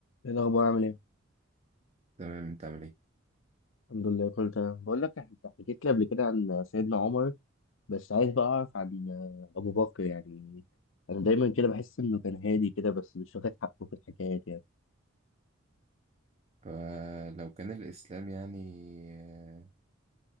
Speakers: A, on the left; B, on the right.
A: ايه الاخبار عامل ايه
B: تمام انت عامل ايه
A: الحمد لله كله تمام بقول لك انت حكيت لي قبل كده عن سيدنا عمر بس عايز بقى اعرف عن ابو بكر يعني انا دايما كده بحس انه كان هادي كده بس مش واخد حقه في الحكايات يعني
B: فلو كان الاسلام يعني آه،